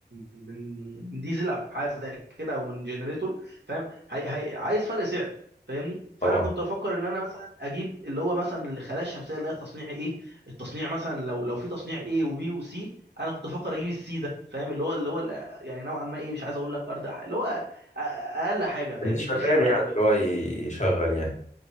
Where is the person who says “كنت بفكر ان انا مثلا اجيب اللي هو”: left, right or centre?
Right